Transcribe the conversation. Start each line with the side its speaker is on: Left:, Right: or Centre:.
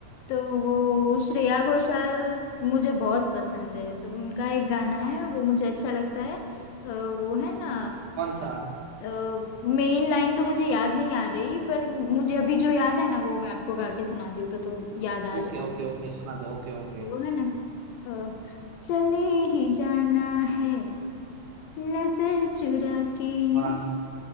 Left: तो वो श्रेया घोषाल मुझे बहुत पसंद है तो उनका एक गाना है वो मुझे अच्छा लगता है अ, वो है ना
Right: कौन सा
Left: मेन लाइन तो मुझे याद नहीं आ रही पर मुझे अभी जो याद है ना वो मैं आपको गा के सुनाती हूँ तो, तो याद आ
Right: ओके
Left: जाए
Right: ओके ओके सुना दो ओके ओके
Left: वो है ना अ, चले ही जाना है नजर चुरा के
Right: वाह
Left: यूं